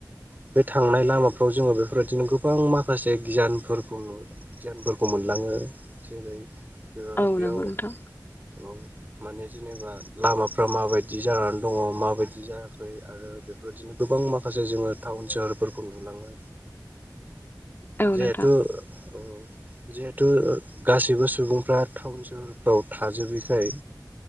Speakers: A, on the right; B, on the left.
A: बे थांनाय लामाफ्राव जोङो बेफोरबायदिनो गोबां माखासे गियानफोरखौ नु गियानफोरखौ मोनो मोनलाङो जेरै ओ
B: औ
A: बेयाव
B: नंगौ नोंथां
A: औ माने जेनेबा लामाफ्रा माबायदि जानानै दङ माबायदि जायाखै आरो बेफोरबदिनो गोबां माखासे जोङो टाउन सोहोरफोरखौ नुलाङो
B: औ
A: जिहेतु
B: नोंथां
A: औ जिहेथु गाससिबो सुबुंफ्रा टाउन सहर फ्राव थाजोबैखाय